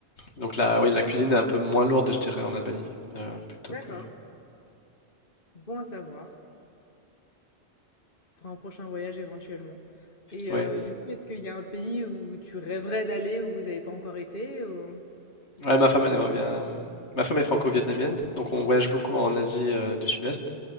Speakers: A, on the left; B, on the left.
A: donc là, oui, la cuisine est un peu moins lourde, je dirais, en Albanie, euh, plutôt
B: D'accord.
A: que.
B: Bon à savoir. Pour un prochain voyage éventuellement. Et
A: Oui,
B: heu, du coup, est-ce qu'il y a un pays où tu rêverais d'aller, où vous n'avez pas encore été ou?
A: ouais, ma femme elle aimerait bien. Ma femme est franco-vietnamienne, donc on voyage beaucoup
B: Ah,
A: en Asie euh, du Sud-Est.